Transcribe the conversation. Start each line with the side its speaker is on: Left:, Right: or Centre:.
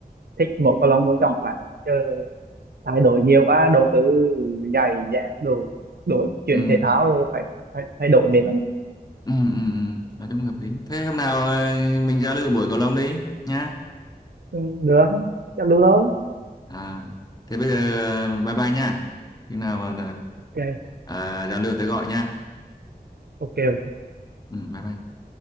Right: thích một cầu lông luôn chẳng phải chứ thay đổi nhiều quá đầu tư giày dép đồ đổi chuyển
Left: ừ
Right: thể thao rồi phải, phải thay đổi mệt lắm
Left: ừ ừ, ừ. Nói chung hợp lý thế hôm nào ờ, mình giao lưu buổi cầu lông đi nhá
Right: Ừ, được chắc luôn thôi
Left: À, thế bây giờ à, bye bye nha. Khi nào mà
Right: ok
Left: ờ, à, giao lưu tới gọi nha.
Right: ok
Left: Ừ, bye bye.